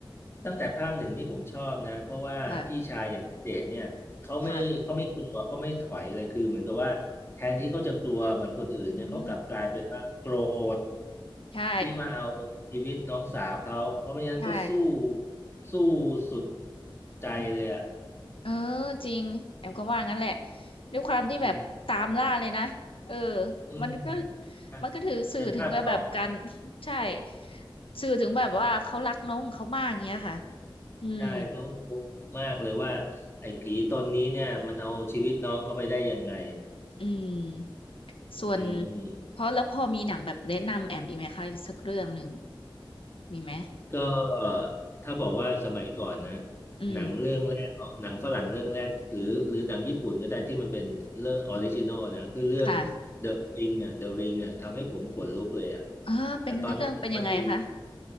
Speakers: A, on the left; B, on the left.
A: ตั้งแต่ภาคหนึ่งนี่ผมชอบนะเพราะว่าพี่ชายอย่างเดชเนี่ยเขาไม่เขาไม่กลัวเขาไม่ถอยเลยคือเหมือนกับว่าแทนที่เขาจะกลัวเหมือนคนอื่นเนี่ยเขากลับกลายเป็นว่าโกรธ
B: ค่ะค่ะอืมใช่
A: ที่มาเอาชีวิตน้องสาวเขาเพราะไม่งั้นก็สู้
B: ใช่
A: สู้สุดใจเลยอ่ะ
B: เออจริงแอมก็ว่างั้นแหละด้วยความที่แบบตามล่าเลยนะเออ
A: อืมอืม
B: มันก็
A: ใช่
B: มันก็ถือสื่อถึงก็แบบการ
A: ในภาคสองอะนะ
B: <laughs> ใช่สื่อถึงแบบว่าเขารักน้องของเขามากเงี้ยค่ะอืม
A: ใช่เขาพบมากเลยว่าไอ้ผีตนนี้เนี่ยมันเอาชีวิตน้องเขาไปได้ยังไง
B: อืมส่วน
A: อืมอืม
B: เพราะแล้วพอมีหนังแบบแนะนำแอมอีกไหมคะอีกสักเรื่องหนึ่งมีไหม
A: ก็ถ้าบอกว่าสมัยก่อนนะ
B: อืม
A: หนังเรื่องแรกหนังฝรั่งเรื่องแรกหรือหรือหนังญี่ปุ่นก็ได้ที่มันเป็นเรื่องออริจินอลนะคือเรื่อง
B: ค่ะ
A: The Ring อ่ะ The Ring อ่ะทำให้ผมขนลุกเลยอ่ะ
B: เออเป็นเรื่องเป็นยังไงคะ
A: แต่ตอนนี้ผมมาดู